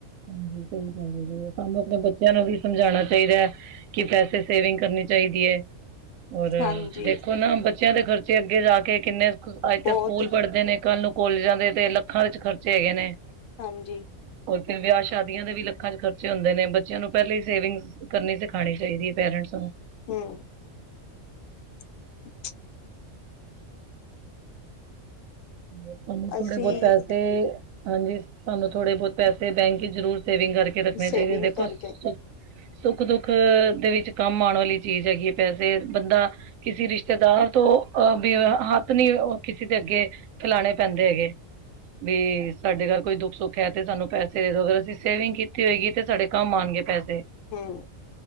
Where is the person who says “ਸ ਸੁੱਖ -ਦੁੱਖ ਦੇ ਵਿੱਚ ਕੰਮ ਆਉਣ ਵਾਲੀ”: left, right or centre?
Right